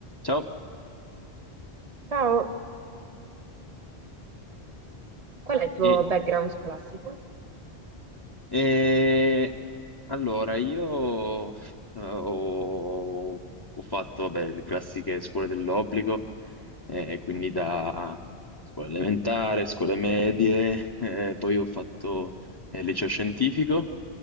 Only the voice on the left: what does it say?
Ciao,
e,
e- allora io eh, ho, ho fatto vabbè, le classiche scuole dell'obbligo, eh, quindi da scuola elementare, scuole medie, eh, poi ho fatto eh, liceo scientifico